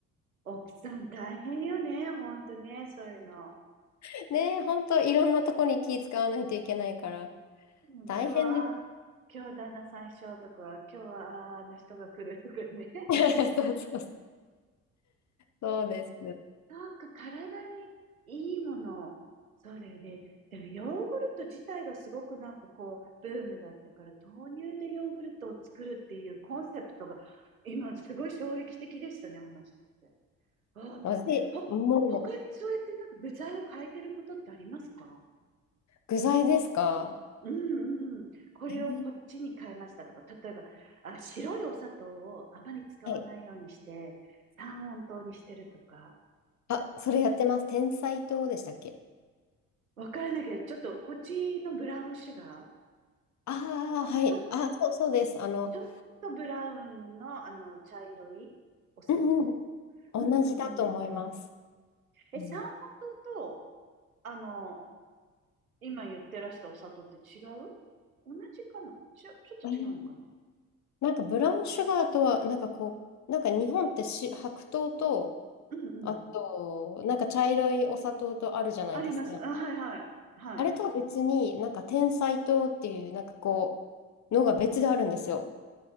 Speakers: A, on the right (about 80°); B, on the left (about 40°).
A: 奥さん大変よね。ほんとね、そういうの。
B: <laughs> ねえ、ほんといろんなとこに気使わないといけないから
A: うん、
B: 大変です。
A: そう、あー今日旦那さん一緒とか、今日はあーあの人が来るとかね。
B: <laughs> そうそうそう、そうです。
A: そうか、体にいいもの。そうだよね。でもヨーグルト自体がすごくなんかこう、ブームだったから、豆乳でヨーグルトを作るっていうコンセプトが、今すごい衝撃的でしたね、話してて。わあと思って。
B: まずい、
A: ほ、
B: もう
A: 他にそうやってなんか部材を変えてることってありますか
B: 具材ですか
A: うんうん。これをこっちに変えましたとか、
B: えー
A: 例えば、あ、白いお砂糖をあまり使わないようにして、
B: はい。
A: 三温糖にしてるとか。
B: あ、それやってます。天才糖でしたっけ
A: わからないけど、ちょっと、こっちのブラウンシュガー
B: ああー、はい。
A: ちょ、
B: あ、そうそうです。あの、
A: ちょっとブラウンの、あの、茶色いお砂糖。
B: うんうん、
A: うんうんうん。
B: 同じだと思います。
A: え、
B: うん
A: サーモン糖と、あの、今言ってらしたお砂糖って違う同じかなちょ、ちょっと違うのかな
B: えーなんかブラウンシュガーとは、なんかこう、なんか日本ってし白糖と、
A: うんうん。
B: あと、なんか茶色いお砂糖とあるじゃないですか。
A: あります。あ、はいはい。はい。
B: あれとは別に、なんか甜菜糖っていう、なんかこう、のが別であるんですよ。